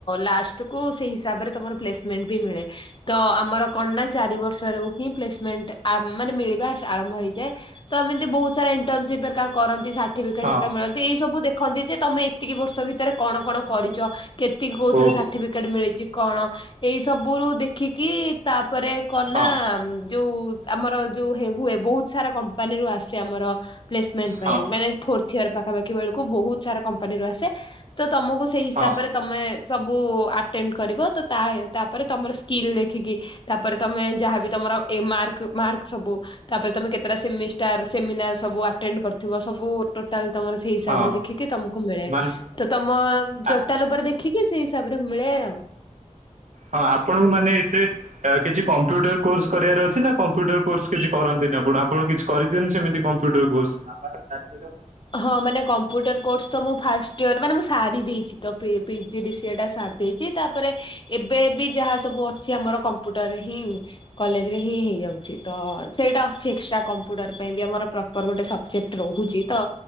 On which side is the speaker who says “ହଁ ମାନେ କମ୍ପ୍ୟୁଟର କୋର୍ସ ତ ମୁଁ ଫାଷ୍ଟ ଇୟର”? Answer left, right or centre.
Left